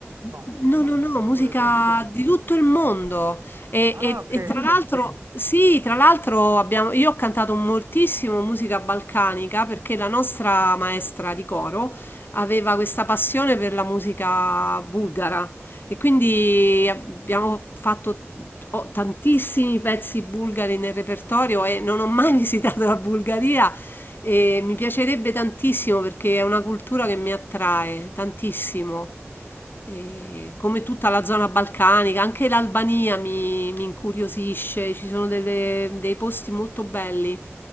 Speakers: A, on the right (about 60°); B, on the left (about 45°).
A: No,
B: No, no, no,
A: dico
B: musica
A: le luogo.
B: di tutto il mondo. E,
A: Ah,
B: e-
A: ok,
B: e tra l'altro, sì, tra l'altro abbiamo, io ho cantato moltissimo musica balcanica perché la nostra maestra di coro aveva questa passione per la musica bulgara e quindi abbiamo fatto ho tantissimi pezzi bulgari nel repertorio e non ho mai <laughs> visitato la Bulgaria, e mi piacerebbe tantissimo perché è una cultura che mi attrae tantissimo. E come tutta la zona balcanica, anche l'Albania mi, mi incuriosisce, ci sono delle- dei posti molto belli.